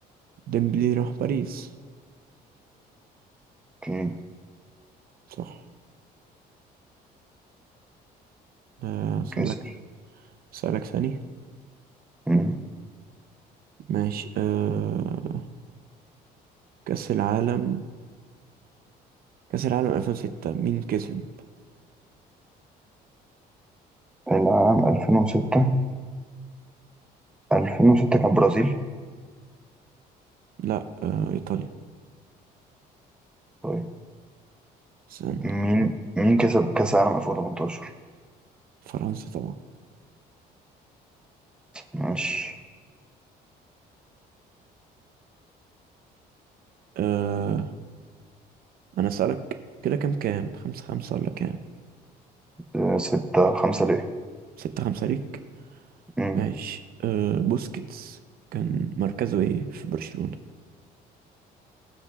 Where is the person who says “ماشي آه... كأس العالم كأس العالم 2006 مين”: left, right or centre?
Right